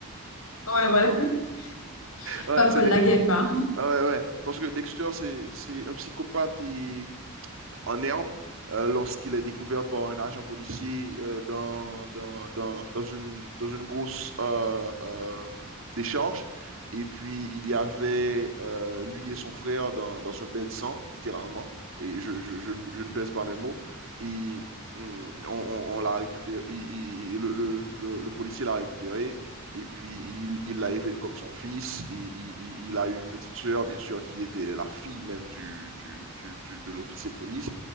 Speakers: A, on the left (about 75°); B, on the right (about 65°).
A: ouais, voilà. <laughs>
B: Ouais,
A: Pas folle
B: c'est Dexter.
A: la guêpe, hein.
B: Ouais, ouais. Parce que Dexter, c'est, c'est un psychopathe et en herbe euh, lorsqu'il est découvert par un agent policier euh, dans, dans, dans, dans une, dans une grosse euh, euh, décharge. Et puis, il y avait euh, lui et son frère dans, dans un bain de sang, littéralement. Et je, je, je, ne je ne pèse pas mes mots. Et hum, on, on- on l'a récupéré. il- il- il- le, le- le- le policier l'a récupéré. Et puis, il, il l'a élevé comme son fils. Et il, il- il a eu une petite sœur, bien sûr, qui était la fille même du, du, du- du- de l'officier de police.